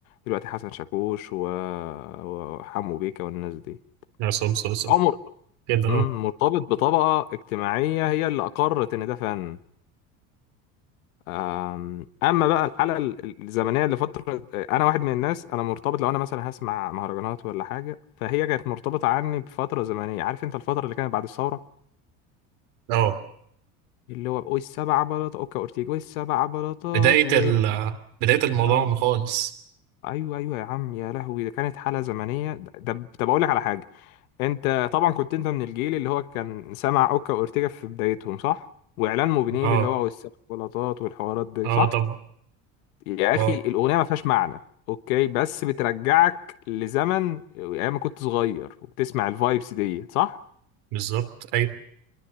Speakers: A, on the left (about 85°); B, on the right (about 70°).
A: دلوقتي حسن شاكوش و- وحمو بيكا والناس دي
B: عصام صاصا
A: عمر
B: كده
A: مم،
B: اه
A: مرتبط بطبقة اجتماعية هي اللي أقرت إن ده فن أم- أما بقى الحالة ال- الزمنية لفترة أنا واحد من الناس أنا مرتبط لو أنا مثلا هسمع مهرجانات ولا حاجة فهي كانت مرتبطة عني بفترة زمنية عارف أنت الفترة اللي كانت بعد الثورة
B: اه
A: اللي هو والسبع بلاطات أوكا أورتيجا والسبع بلاطات
B: بداية
A: وال
B: ال بداية الموضوع
A: آه
B: خالص
A: أيوه أيوه يا عم يا لهوي ده كانت حالة زمنية ده ده- طب أقول لك على حاجة انت طبعا كنت انت من الجيل اللي هو كان سمع اوكا واورتيجا في بدايتهم صح واعلان موبينيل
B: اه
A: اللي هو والسيكولاتات والحوارات دي
B: اه
A: صح
B: طبعا
A: يا
B: اه
A: اخي الاغنيه ما فيهاش معنى اوكي بس بترجعك لزمن ايام ما كنت صغير وبتسمع الفايبس دي صح
B: بالظبط أيوة.